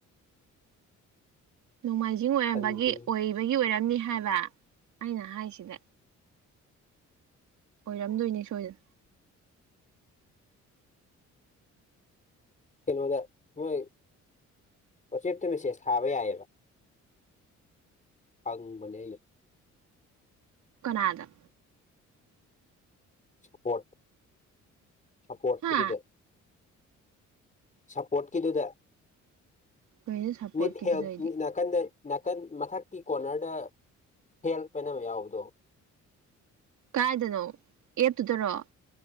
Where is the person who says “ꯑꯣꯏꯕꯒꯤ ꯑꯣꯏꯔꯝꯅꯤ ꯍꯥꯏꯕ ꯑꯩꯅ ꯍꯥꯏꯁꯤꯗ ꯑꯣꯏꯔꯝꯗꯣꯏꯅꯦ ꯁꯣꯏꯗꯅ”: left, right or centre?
Right